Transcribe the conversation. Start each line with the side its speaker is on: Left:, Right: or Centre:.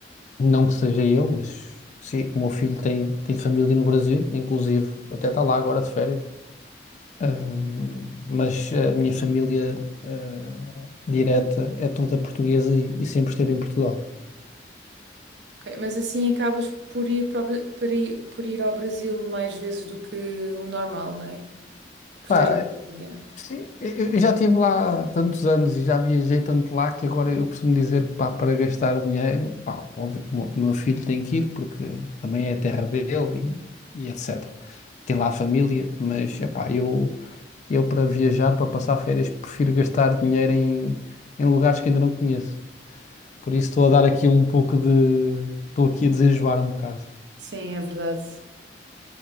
Left: não que seja eu, mas sim, o meu filho tem, tem família no Brasil, inclusive até está lá agora de férias. Eh, mas a minha família, eh, direta é toda portuguesa e, e sempre esteve em Portugal.
Right: Ok, Mas assim acabas por ir, para o Bra- para ir- por ir ao Brasil mais vezes do que o normal, não é? Por
Left: Pá,
Right: teres família.
Left: Sim, eu eu já estive lá tantos anos e já viajei tanto lá que agora eu costumo dizer que pá, para gastar dinheiro, pá, óbvio, o meu meu filho tem que ir porque também é a terra dele e, e etc. Tem lá a família, mas epá, eu, eu para viajar, para passar férias, prefiro gastar dinheiro em, em lugares que ainda não conheço. Por isso estou a dar aqui um pouco de. Estou aqui a desenjoar um bocado.
Right: Sim, é verdade.